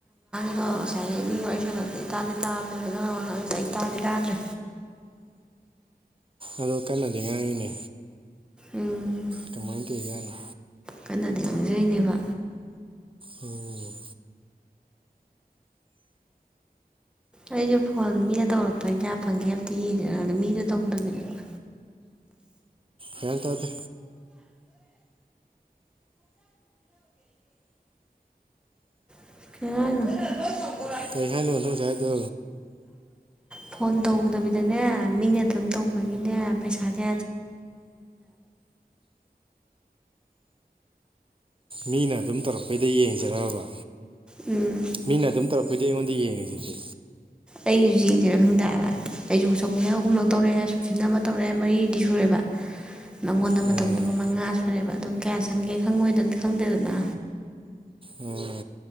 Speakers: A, in the centre; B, on the right.
A: ꯑꯗꯣ ꯉꯁꯥꯏ ꯃꯤ ꯋꯥꯔꯤ ꯁꯥꯟꯅꯗꯗꯤ ꯇꯥꯗꯤ ꯇꯥꯕꯅꯦ ꯑꯗꯨꯖꯗꯤ ꯑꯩ ꯇꯥꯗꯤ ꯇꯥꯗ꯭ꯔꯦ
B: ꯑꯗꯨ ꯀꯟꯅꯗꯤ ꯉꯥꯡꯉꯤꯅꯦ
A: ꯎꯝ
B: ꯀꯃꯥꯏ ꯀꯧꯔꯤꯖꯠꯅꯣ
A: ꯀꯟꯅꯗꯤ ꯌꯥꯝꯖꯩꯅꯦꯕ
B: ꯎꯝ
A: ꯑꯩꯁꯨ ꯐꯣꯟ ꯃꯤꯅ ꯇꯧꯔꯛꯄꯅꯤ ꯀꯌꯥ ꯐꯪꯒꯦ ꯑꯝꯇ ꯌꯦꯡꯅꯪ ꯃꯤꯁꯨ ꯇꯧꯗꯕꯤꯗ <inaudible>
B: ꯒ꯭ꯌꯥꯟ ꯇꯥꯗꯦ
A: ꯍ <unintelligible>
B: ꯀꯔꯤ ꯍꯥꯏꯅꯣ ꯅꯪ ꯍꯧꯖꯤꯛ ꯍꯥꯏꯗꯣ
A: ꯐꯣꯟ ꯇꯧꯗꯕꯤꯗꯅꯦ ꯃꯤꯅ ꯑꯗꯨꯝ ꯇꯧꯕꯒꯤꯅꯦ ꯄꯩꯁꯥꯁꯦ
B: ꯃꯤꯅ ꯑꯗꯨꯝ ꯇꯧꯔꯛꯄꯩꯗ ꯌꯦꯡꯖꯔꯛꯑꯕ
A: ꯎꯝ
B: ꯃꯤꯅ ꯑꯗꯨꯝ ꯇꯧꯔꯛꯄ ꯑꯩꯈꯣꯏꯗꯤ ꯑꯩꯉꯣꯟꯗ ꯌꯦꯡꯉꯁꯤꯆꯦ
A: ꯑꯩꯒꯤꯁꯨ ꯌꯦꯡꯒꯦꯔ ꯈꯪꯗꯦꯕ ꯑꯩꯁꯨ ꯁꯧꯕꯤꯔ ꯑꯍꯨꯝꯂꯛ ꯇꯧꯔꯛꯑꯦ ꯐꯅ ꯑꯃ ꯇꯧꯔꯦ ꯃꯔꯤꯗꯤ ꯁꯨꯔꯦꯕ ꯅꯪꯉꯣꯟꯗ ꯑꯃ
B: ꯎꯝ
A: ꯇꯧꯕꯗꯨꯒ ꯃꯉꯥ ꯁꯨ ꯑꯗꯨ ꯀꯌꯥ ꯆꯪꯒꯦ ꯈꯪꯉꯣꯏꯗꯅꯗꯤ ꯈꯪꯗꯦꯗꯅ
B: ꯎꯝ